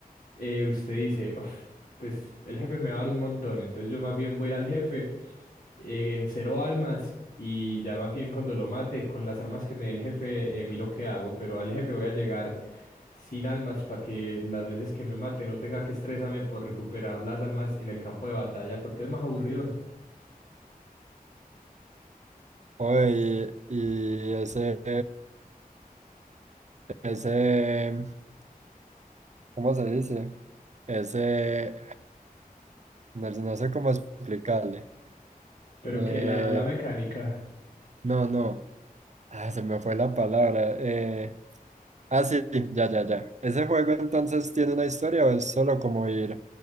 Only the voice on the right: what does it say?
Oye, y, y ese, ese, ¿cómo se dice? Ese. No, no sé cómo explicarle.
Eh,
no, no. Ah, se me fue la palabra. Eh, ah, sí, ya, ya, ya. ¿Ese juego entonces tiene una historia o es solo como ir